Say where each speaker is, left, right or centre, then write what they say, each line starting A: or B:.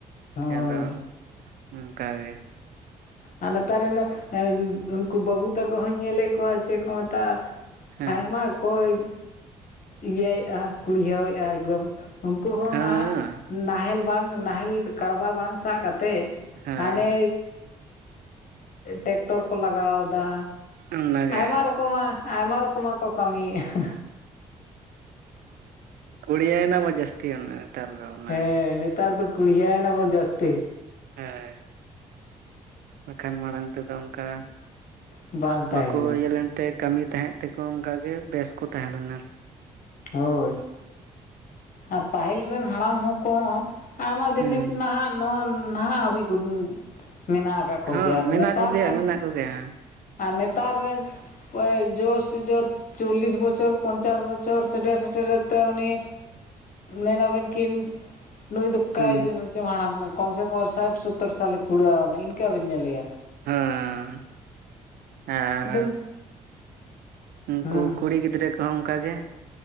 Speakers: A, on the left (about 55°); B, on the right (about 70°).
A: ᱦᱳᱭ
B: ᱟᱫᱚ ᱚᱱᱠᱟᱜᱮ
A: ᱟᱨ ᱱᱮᱛᱟᱨ ᱨᱮᱱ ᱩᱱᱠᱩ ᱵᱟᱹᱵᱩ ᱛᱟᱠᱚ ᱦᱚᱧ ᱧᱮᱞᱮᱫ ᱠᱚᱣᱟ ᱪᱮᱫ ᱠᱚ ᱢᱮᱛᱟᱜ ᱟ
B: ᱦᱮᱸ
A: ᱟᱭᱢᱟ ᱠᱚᱭ ᱤᱭᱟᱹᱭᱮᱫᱼᱟ ᱠᱩᱲᱦᱤᱣᱮᱫᱼᱟ ᱮᱠᱫᱚᱢ ᱩᱱᱠᱩ ᱦᱚᱸ
B: ᱦᱮᱸ
A: ᱱᱟᱦᱟᱜ ᱱᱟᱦᱮᱞ ᱵᱟᱝ ᱱᱟᱦᱮᱞ ᱠᱟᱲᱵᱟ ᱵᱟᱝ ᱥᱟᱵ ᱠᱟᱛᱮ
B: ᱦᱳᱭ
A: ᱦᱟᱱᱮ ᱴᱮᱠᱴᱚᱨ ᱠᱚ ᱞᱟᱜᱟᱣᱫᱟ
B: ᱚᱱᱟᱜᱮ
A: ᱟᱭᱢᱟ ᱨᱚᱠᱚᱢᱟᱜ ᱟᱭᱢᱟ ᱨᱚᱠᱚᱢᱟᱜ ᱠᱚ ᱠᱟᱹᱢᱤ ᱮᱜ-ᱟ
B: ᱠᱩᱲᱤᱭᱟᱹ ᱮᱱᱟ ᱵᱚᱱ ᱡᱟᱹᱥᱛᱤ ᱱᱮᱛᱟᱨ ᱫᱚ ᱚᱱᱟ
A: ᱦᱮᱸ ᱱᱮᱛᱟᱨ ᱫᱚ ᱠᱩᱲᱭᱟ. ᱭᱱᱟ ᱵᱚᱱ ᱡᱟᱹᱥᱛᱤ
B: ᱦᱮᱸ ᱵᱟᱠᱷᱟᱱ ᱢᱟᱲᱟᱝ ᱛᱮᱫᱚ ᱚᱱᱠᱟ
A: ᱵᱟᱝ ᱛᱟᱦᱮᱸ
B: ᱵᱟᱠᱚ
A: ᱠᱟᱱᱟ
B: ᱤᱭᱟᱹ ᱞᱮᱱ ᱛᱮ ᱠᱟᱹᱢᱤ ᱛᱟᱦᱮᱸᱜ ᱛᱮ ᱠᱚ ᱚᱱᱠᱟ ᱜᱮ ᱵᱮᱥ ᱠᱚ ᱛᱟᱦᱮᱸ ᱞᱮᱱᱟ
A: ᱦᱳᱭ ᱟᱨ ᱯᱟᱹᱦᱤᱞ ᱨᱮᱱ ᱦᱟᱲᱟᱢ ᱦᱚᱲ ᱦᱚᱸᱠᱚ ᱟᱭᱢᱟ ᱫᱤᱱ
B: ᱦᱩᱸ
A: ᱱᱤᱛ ᱱᱟᱦᱟᱜ ᱱᱚᱣᱟ ᱱᱟᱦᱟᱜ ᱦᱟᱹᱵᱤᱡ ᱢᱮᱱᱟᱜ ᱠᱟᱫ ᱠᱚ
B: ᱦᱚᱸ
A: ᱜᱮᱭᱟ ᱟᱨ
B: ᱢᱮᱱᱟᱜ
A: ᱱᱮᱛᱟᱨ
B: ᱠᱚᱜᱮᱭᱟ
A: ᱨᱮᱱ
B: ᱢᱮᱱᱟᱜ ᱠᱚᱜᱮᱭᱟ
A: ᱟᱨ ᱱᱮᱛᱟᱨ ᱨᱮᱱ ᱡᱳᱨ ᱥᱮ ᱡᱳᱨ ᱪᱚᱞᱞᱤᱥ ᱵᱚᱪᱷᱚᱨ ᱯᱚᱧᱪᱟᱥ ᱵᱚᱪᱷᱚᱨ ᱪᱚᱨ ᱥᱮᱴᱮᱨ ᱥᱮᱴᱮᱮᱨᱛ ᱩᱱᱤ ᱢᱮᱱᱟᱵᱮᱱ ᱠᱤᱱ ᱱᱩᱭ ᱫᱚ ᱚᱠᱟᱭ
B: ᱦᱩᱸ
A: ᱫᱤᱱ ᱪᱚᱝ ᱦᱟᱲᱟᱢ ᱠᱟᱱᱟ ᱠᱚᱢ ᱥᱮ ᱠᱚᱢ ᱥᱟᱴ ᱥᱳᱛᱛᱚᱨ ᱥᱟᱞᱮ ᱠᱩᱲᱟᱹᱣᱱᱟ ᱤᱱᱠᱟᱹ ᱵᱮᱱ ᱧᱮᱞᱮᱭᱟ
B: ᱦᱮᱸ ᱟᱨ
A: ᱮᱠᱫᱚᱢ
B: ᱩᱱᱠᱩ
A: ᱦᱮᱸ
B: ᱠᱩᱲᱤ ᱜᱤᱫᱽᱨᱟᱹ ᱠᱚᱦᱚᱸ ᱚᱱᱠᱟᱜ ᱜᱮ